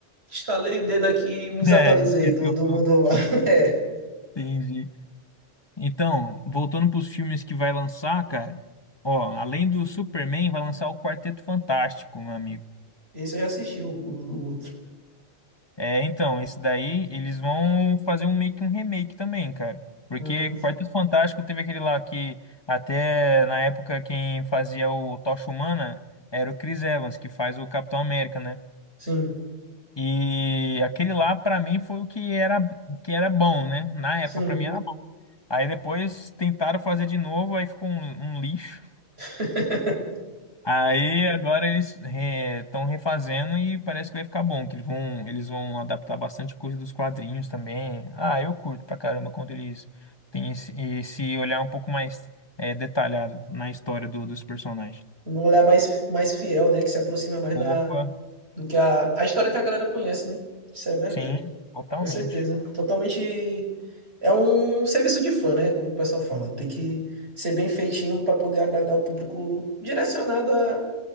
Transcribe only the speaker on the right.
instalei o dedo aqui e me desatualizei
do, do
mundo. lá. <laughs> É,
esse eu já assisti, o, o outro.
Uhum.
Sim,
sim.
<laughs>
Um olhar mais, mais fiel, né? Que se aproxima mais da,
do que a, a história que a galera conhece, né? Isso é verdade.
Com certeza. Totalmente. É um serviço de fã, né? Como o pessoal fala. Tem que ser bem feitinho para poder agradar o público direcionado a,